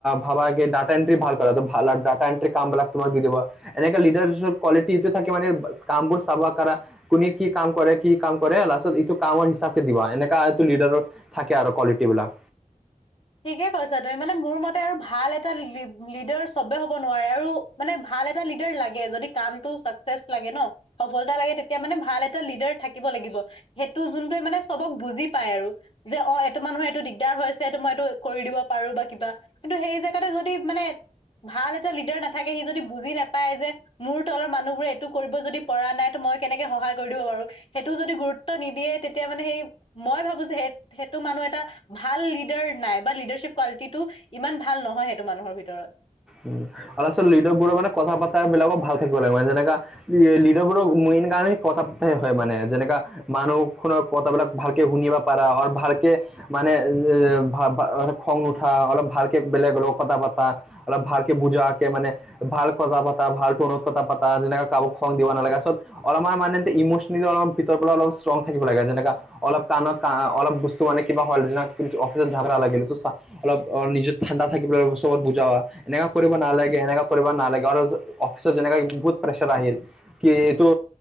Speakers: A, in the centre; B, on the left.
A: ভাবা কি? ডাটা এণ্ট্ৰি ভাল কৰাতোঁ ডাটা এণ্ট্ৰি কামবিলাক তোমাক দি দিব। এনেকে, লিডাৰশ্বিপ কোৱালিটিটো থাকে মানে, কামবোৰ চাব পাৰা। কোনে, কি কাম কৰে? কি কি কাম কৰে? লাষ্টত এইটো কামৰ হিচাপটো দিব। এনেকাটো, লিডাৰৰ থাকে আৰু কোৱালিটি বিলাক।
B: ঠিকে কৈছা তুমি! মানে, মোৰ মতে আৰু ভাল এটা লিডাৰ চবে হ'ব নোৱাৰে আৰু। মানে, ভাল এটা লিডাৰ লাগে। যদি কামটো চাকচেচ লাগে ন'। সফলতা লাগে। তেতিয়া মানে, ভাল এটা লিডাৰ থাক কিব লাগিব। সেইটো, যোনটোৱে মানে, চবক বুজি পায় আৰু। যে, অ'! এইটো মানুহৰ, এইটো দিগদাৰ হৈছে। এইটো, মই এইটো, কৰি দিব পাৰোঁ বা কিবা। কিন্তু, সেই জেগাতে যদি মানে, ভাল এটা লিডাৰ নাথাকে। সি যদি বুজি নাপায়, যে মোৰ তলৰ মানুহবোৰে এইটো কৰিব যদি পৰা নাই। ত' মই কেনেকে সহায় কৰি দিব পাৰোঁ। সেইটো যদি গুৰুত্ব নিদিয়ে। তেতিয়া মানে, সেই, মই ভাবোঁ যে, সেই, সেইটো মানুহ এটা ভাল লিডাৰ নাই বা লিডাৰশ্বিপ কোৱালিটিটো ইমান ভাল নহয়! সেইটো মানুহৰ ভিতৰত।
A: উম! আৰু আচল লিডাৰবোৰৰ মানে, কথা পাতা বিলাকো ভাল থাকিব লাগে মানে। যেনেকা লিডাৰবোৰ মেইন কামে, সেই কথা পতাই হয় মানে। যেনেকা মানুহ খনৰ কথাবিলাক ভালকে শুনিব পাৰা আৰু ভালকে মানে, এ, ভা -ভা খং নুঠা, অলপ ভালকে বেলেগৰ লগ কথা পাতা। অলপ ভালকে বুজাকে মানে। ভাল কথা পাতা, ভাল টোনত কথা পাতা। যেনেকা, কাৰোবাক খং দিব নালাগে। আচলত অলপমান মানে, ইমচনেলি অলপ, ভিতৰ পৰা, অলপ ষ্ট্ৰং থাকিব লাগে। যেনেকা অলপ টানত আঁ অলপ বস্তু মানে, কিবা হ'ল। <unintelligible> কিন্তু, অফিচত ঝাগৰা লাগিল। <unintelligible> অলপ অ'! নিজেও ঠাণ্ডা থাকিব লাগিব, চবক বুজোৱা। এনেকুৱা কৰিব নালাগে, এনেকুৱা কৰিব নালাগে। আৰু অফিচত যেনেকুৱা, বহুত প্ৰেছাৰ আহিল। কি, এইটো?